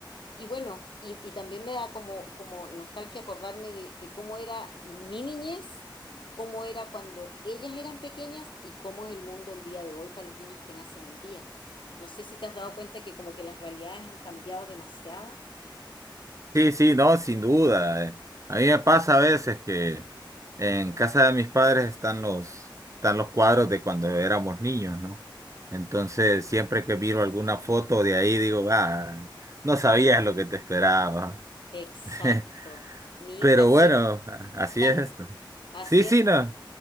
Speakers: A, on the left; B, on the right.
A: Y bueno, y, y también me da como, como nostalgia acordarme de, de cómo era mi niñez, cómo era cuando ellas eran pequeñas y cómo es el mundo el día de hoy para los niños que nacen hoy día. No sé si te has dado cuenta que como que las realidades han cambiado demasiado.
B: sí, sí, no, sin duda. eh. A mí me pasa a veces que en casa de mis padres están los, están los cuadros de cuando éramos niños, ¿no? Entonces, siempre que miro alguna foto de ahí, digo, ah, no sabías lo que te esperaba.
A: Exacto.
B: <laughs>
A: Mi
B: Pero
A: hija se...
B: bueno, a- así
A: Dale,
B: es esto.
A: así
B: Sí, sí,
A: es.
B: no,
A: po.